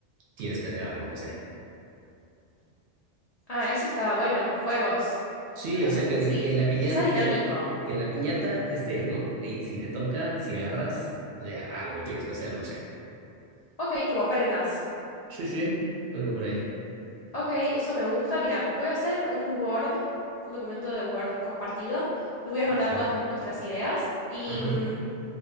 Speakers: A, on the right; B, on the left.
A: tienes que hacer algo, no sé.
B: Ah, eso estaba bueno, juegos.
A: Sí,
B: Creo que
A: o
B: eso
A: sea,
B: es-
A: que,
B: sí,
A: que en la pillan,
B: que sea dinámico.
A: que, en que en la piñata esté, ¿no? Y si te toca, si agarras, o sea, algo tienes que hacer, no sé.
B: Ok, como prendas.
A: Sí, sí, algo por ahí.
B: Ok, eso me gusta. Mira, voy a hacer un Word, un documento de Word compartido y voy a anotar
A: Ya.
B: todas nuestras ideas y...
A: Ajá.
B: mm,